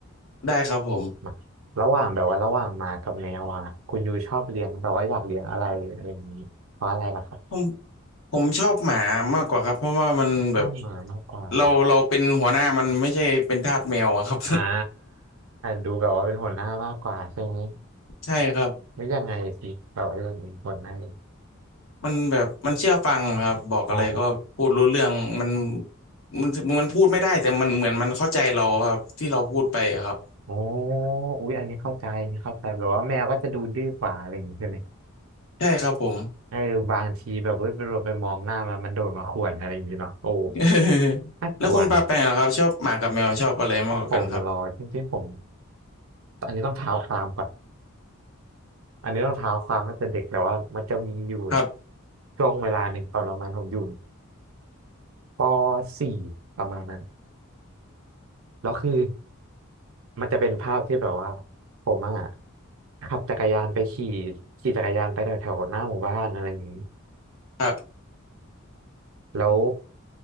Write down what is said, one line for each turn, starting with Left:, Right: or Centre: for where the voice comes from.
Left: ได้ครับผม
Right: มาระหว่างแบบว่าระหว่างหมากับแมวอ่ะคุณยูชอบเลี้ยงแบบว่าอยากเลี้ยงอะไรอะไรอย่างนี้เพราะอะไรล่ะครับ
Left: ผมผมชอบหมามากกว่าครับเพราะว่ามันแบบ
Right: ชอบหมามากกว่า
Left: เราเราเป็นหัวหน้ามันไม่ใช่เป็นทาสแมวอะครับ
Right: อ่าดูแบบว่าเป็นหัวหน้ามากกว่าใช่ไหม
Left: <laughs> ใช่ครับ
Right: หรือยังไงสิแบบว่ายังเป็นหัวหน้า
Left: มันแบบมันเชื่อฟังครับบอกอะไรก็พูดรู้เรื่องมัน
Right: อ๋อ
Left: มันมันพูดไม่ได้แต่มันเหมือนมันเข้าใจเราครับที่เราพูดไปครับ
Right: อ๋ออุ๊ยอันนี้เข้าใจอันนี้เข้าใจแบบว่าแมวก็จะดูดื้อกว่าอะไรอย่างงี้ใช่ไหม
Left: ใช่ครับผม
Right: เออบางทีแบบเว้ยไปเราไปมองหน้ามันมันโดดมาข่วนอะไรอย่างงี้เนาะโอ้
Left: <laughs>
Right: น่ากลัวนะ
Left: แล้วคุณปาแปงล่ะครับชอบหมากับแมวชอบอะไรมากกว่ากันครับ
Right: ผมมารอจริงๆ ผม อันนี้ต้องเท้าความก่อนอันนี้ต้องเท้าความตั้งแต่เด็กแล้วว่ามันจะมีอยู่
Left: ครับ
Right: ช่วงเวลาหนึ่งตอนประมาณผมอยู่ปสี่ประมาณนั้น แล้วคือมันจะเป็นภาพที่แบบว่าผมอะขับจักรยานไปขี่ขี่จักรยานไปแถวแถวหน้าหมู่บ้านอะไรอย่างนี้
Left: ครับ
Right: แล้ว